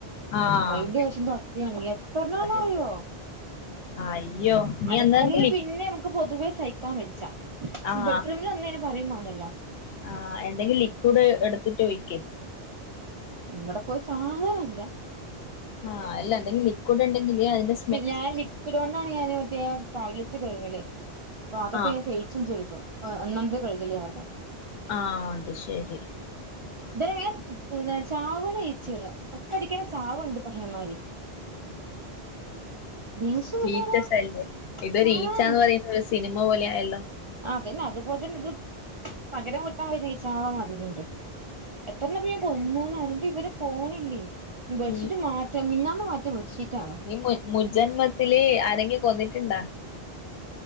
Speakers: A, on the left; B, on the right.
A: ആഹ്
B: അയിന്റെ ശേഷം തൊടത്തിയതാണ് എത്രണ്ണാന്ന്
A: അത്
B: അറിയോ
A: ശരി അയ്യോ നീ
B: അടുക്കളയില്
A: എന്തെങ്കിലി
B: പിന്നെ അമ്മക്ക് പൊതുവേ സഹിക്കാൻ വെച്ചാം
A: ആഹ്
B: ബെഡ്റൂമിൽ വന്ന് കഴിഞ്ഞാ പറയും മാണ്ടല്ലോ
A: ആഹ് എന്തെങ്കിലും ലിക്വിഡ് എടുത്തിട്ട് ഒഴിക്ക്.
B: ഇവടെപ്പോ ഒരു സാധന ഇല്ല
A: ആഹ് അല്ല എന്തെങ്കും ലിക്വിഡ് ഇണ്ടെങ്കിൽ അതിന്റെ സ്
B: ഞാൻ ലിക്വിഡ് കൊണ്ടാണ് ഞാൻ മറ്റേ ടോയ്ലറ്റ് കഴ്കല് അപ്പൊ അതൊക്കെ
A: ആഹ്
B: ഞാൻ <unintelligible> ച്ചും ചെയ്തു ഏഹ് ഒന്നാമതെ കഴുകല് കാരണം
A: ആഹ് അത് ശരി
B: ഇത്
A: ആഹ് ആഹ്
B: <unintelligible> ചാവണ ഇച്ചാണ് ഒറ്റടിക്കന്നേ ചാവുണ്ട് പഹയന്മാര്. ദേഷ്യം വരിയെടോ
A: ഈച്ച ശല്യം ഇതൊരു
B: ഉം
A: ഈച്ചാന്ന് പറയുന്നത് ഒര് സിനിമ പോലെ ആയല്ലോ
B: ആഹ് അതന്നെ അതുപോലെ തന്നെ ഇത് പകരം കുത്താൻ വെരാ ഈച്ചകളെ മതിരിയുണ്ട്. എത്രണ്ണപ്പം ഞാൻ കൊന്നുന്നാ ഇന്നട്ട് ഇവര് പോണില്ലേ ഇനി ബെഡ്ഷീറ്റ്
A: ഉം
B: മാറ്റ് മാറ്റാ മിഞ്ഞാന്ന് മാറ്റിയ ബെഡ്ഷീറ്റ് ആണ്.
A: നീ മു മുജജന്മത്തില് ആരെങ്കി കൊന്നിട്ടുണ്ടാ.